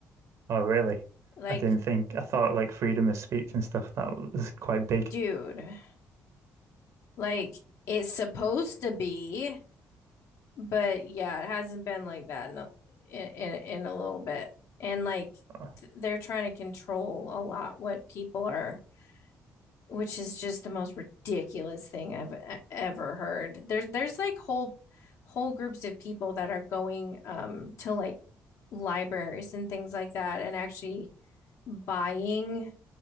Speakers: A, on the right (about 65°); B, on the left (about 70°).
A: Oh, really?
B: Like,
A: I didn't think, I thought like freedom of speech and stuff, that was quite big.
B: dude. Like it's supposed to be, but yeah, it hasn't been like that in a, in in a little bit. And like
A: Oh,
B: th- they're trying to control a lot what people are, which is just the most ridiculous thing I've e- ever heard. There's there's like whole whole groups of people that are going um to like libraries and things like that and actually buying